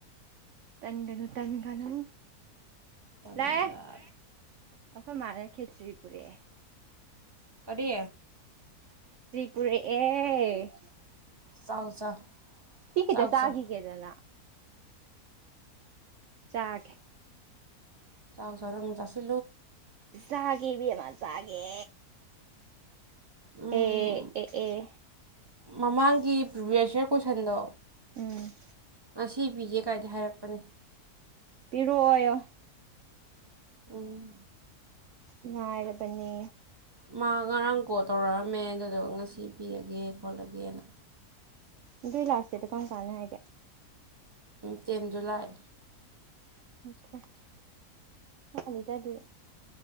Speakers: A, on the right; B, on the right.
A: ꯇꯟꯒꯅꯨ ꯇꯟꯒꯅꯨ
B: ꯇꯟꯕꯗ
A: ꯂꯥꯛꯑꯦ ꯑꯩꯈꯣꯏ ꯃꯥꯟ ꯈꯦ ꯇ꯭ꯔꯤꯄꯨꯔꯦ
B: ꯀꯔꯤ
A: ꯄꯔꯦ ꯥꯛ
B: ꯆꯥꯎ ꯆꯥꯎ
A: ꯀꯤ ꯈꯤꯇ
B: ꯆꯥꯎ
A: ꯆꯥꯈꯤꯒꯦꯗꯅ
B: ꯆꯥꯎ
A: ꯆꯥꯒꯦ
B: ꯆ ꯆꯔꯝ ꯆꯥꯁꯤ
A: ꯆꯒꯦꯕꯤꯃ ꯆꯒꯦ
B: ꯎꯝ
A: ꯑꯦ ꯑꯦ ꯑꯦ
B: ꯃꯃꯥꯡꯒꯤ ꯄ꯭ꯔꯤꯚꯤꯌꯁ ꯌꯔ ꯀꯣꯏꯁꯟꯗꯣ
A: ꯎꯝ
B: ꯉꯁꯤ ꯄꯤꯒꯦ ꯀꯥꯏꯗ ꯍꯥꯏꯔꯛꯄꯅꯦ
A: ꯄꯤꯔꯛꯑꯣ
B: ꯎ
A: ꯉꯥꯏꯔꯕꯅꯦ
B: ꯃꯥ ꯉꯔꯥꯡ ꯀꯣꯜ ꯇꯧꯔꯛꯑꯝꯃꯦ ꯑꯗꯨꯗꯣ ꯉꯁꯤ ꯄꯤꯔꯒꯦ ꯈꯣꯠꯂꯒꯦꯅ
A: ꯎꯝ ꯏ ꯂꯥꯛꯁꯤꯗꯤ ꯀꯔꯝ ꯀꯥꯟꯅ ꯍꯥꯏꯒꯦ
B: ꯇꯦꯟ ꯖꯨꯂꯥꯏ
A: ꯆ ꯇ ꯑꯗꯨ